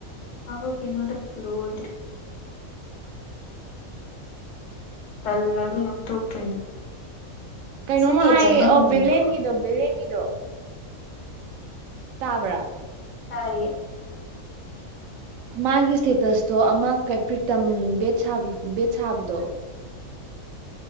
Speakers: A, on the left; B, on the right.
A: ꯀꯥꯄꯛ ꯈꯤꯅꯨꯗ ꯂꯣꯏꯗ꯭ꯔꯤ ꯇꯜꯂꯗꯤ ꯑꯗꯨꯝ ꯇꯣꯛꯇꯣꯏꯅꯤ
B: ꯎ ꯀꯩꯅꯣꯝꯃ
A: ꯁꯤ ꯅꯦꯠ
B: ꯍꯥꯏꯌꯦ
A: ꯆꯪꯉꯝꯅꯤꯀꯣ
B: ꯑꯣ ꯚꯦꯂꯦꯟꯒꯤꯗꯣ ꯚꯦꯂꯦꯟꯒꯤꯗꯣ ꯇꯥꯕ꯭ꯔꯥ
A: ꯇꯥꯏꯌꯦ
B: ꯃꯥꯒꯤ ꯏꯁꯇꯦꯇꯁꯇꯣ ꯑꯃ ꯄ꯭ꯔꯤꯇꯝ ꯕꯦꯠ ꯁꯥ ꯕꯦꯠ ꯁꯥꯕꯗꯣ